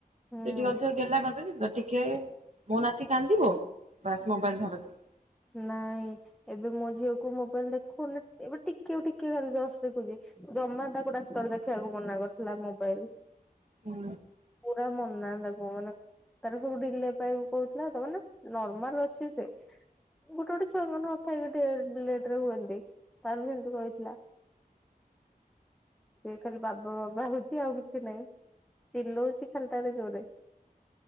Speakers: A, in the centre; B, on the right.
A: ହୁଁ
B: ସେଠି ଅଧିକ ଗେହ୍ଲା <inaudible> <unintelligible> ଟିକେ ମୋ ନାତି କାନ୍ଦିବ ବାସ୍ ମୋବାଇଲ୍ ଧରେଇଦେବେ।
A: ନାଇଁ ଏବେ ମୋ ଝିଅକୁ ମୋବାଇଲ୍ ଦେଖୁନି, ଏବେ ଟିକେ ଟିକେ ଖାଲି ଜସ୍ ଦେଖୁଚି। ଜମା ତାକୁ ଡାକ୍ତର ଦେଖିବାକୁ ମନା କରିଥିଲା ମୋବାଇଲ୍।
B: ହୁଁ।
A: ପୁରା ମନା ତାକୁ ମାନେ ତାର ସବୁ ଡିଲେ ପାଇଁ କହୁଥିଲା ତ ମାନେ ନର୍ମାଲ୍ ଅଛି ସେ। ଗୋଟେ ଗୋଟେ ଛୁଆଙ୍କର ନଥାଏ କି ଟିକେ ଲେଟ୍ ରେ ହୁଅନ୍ତି, ତାର ବି ସେମତି କହିଥିଲା।
B: ହ <inaudible>
A: ସେ ଖାଲି ବାବ ବାବା ହଉଛି ଆଉ କିଛି ନାହିଁ। ଚିଲଉଛି ଖାଲଟାରେ ଜୋରେ।